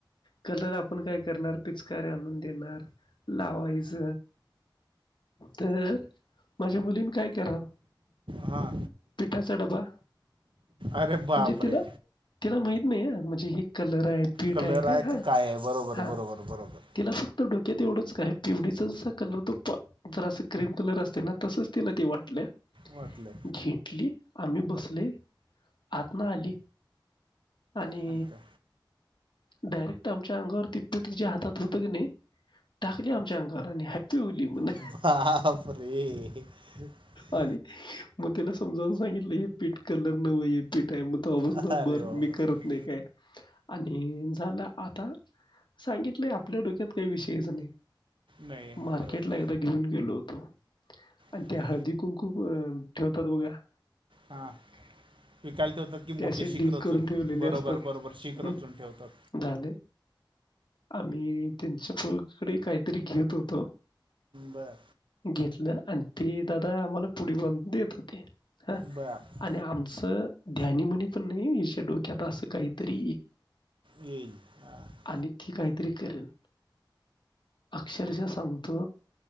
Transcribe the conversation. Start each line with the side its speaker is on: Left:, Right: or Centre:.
Left: कलर आपण काय करणार पिचकारे आणून देणार लावायच तर माझ्या मुलीने काय करावं
Right: हां
Left: पिठाचा डबा
Right: अरे बापरे.
Left: म्हणजे तिला तिला माहीत नाही हं म्हणजे हे कलर पीठ
Right: कलर
Left: आहे काया
Right: का काय आहे बरोबर बरोबर बरोबर
Left: तिला फक्त डक तेवढंच काय पिवणीचा ज कलर तो जरा असं क्रीम कलर असते ना तसच तिला ते वाटलं
Right: वाटलं
Left: घेतली आम्ही बसले आत न आली. आणि
Right: अच्छा
Left: डायरेक्ट आमच्या अंगावर ती पीठ तुझ्या हातात होत क नाही टाकली आमच्या अंगावर आणि हॅपी होली म्हने.
Right: बापरे
Left: मग त्याला समजावून सांगितलं हे पीठ कलर नवं हे पीठ आहे मग तवा पासन
Right: अरे
Left: बर
Right: बापरे.
Left: मी करत नाही काय आणि झालं आता सांगितले आपल्या डोक्यात काही विषयच नाही.
Right: नाही
Left: मार्केट
Right: बरोबर
Left: ला एकदा घेऊन गेलो होतो तो. आणि
Right: ओके
Left: त्या हळदी कुंकू अ ठेवतो दोघं
Right: हा विकाय ते होतात की मोठे
Left: असे
Right: शिखर
Left: ढीग करून ठेवलेले
Right: बरोबर
Left: असतात.
Right: बरोबर शीख
Left: हं,
Right: रचून ठेवतात.
Left: झाले. आम्ही त्यांच्या पकडे काहीतरी घेत होतो
Right: बर
Left: घेतलं. आणि ते दादा आम्हाला पुडी बनून देत होते. हा
Right: बर
Left: आणि आमचं ध्यानीमनी पण नाही डोक्यात असं काहीतरी
Right: येईल. हां
Left: आणि ती काहीतरी करल अक्षरशा सांगतो,